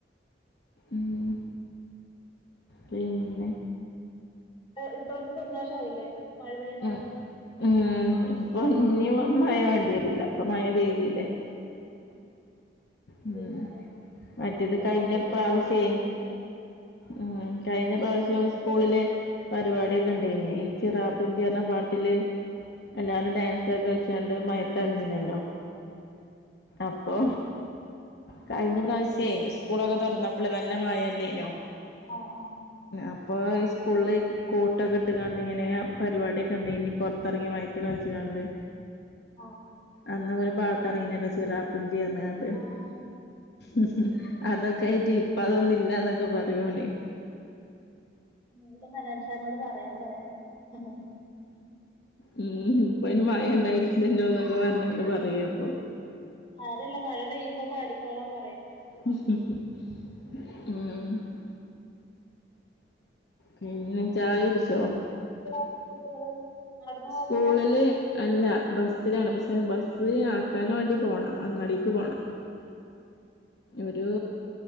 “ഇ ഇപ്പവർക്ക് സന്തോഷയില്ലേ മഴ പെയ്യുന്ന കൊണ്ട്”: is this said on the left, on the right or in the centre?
Left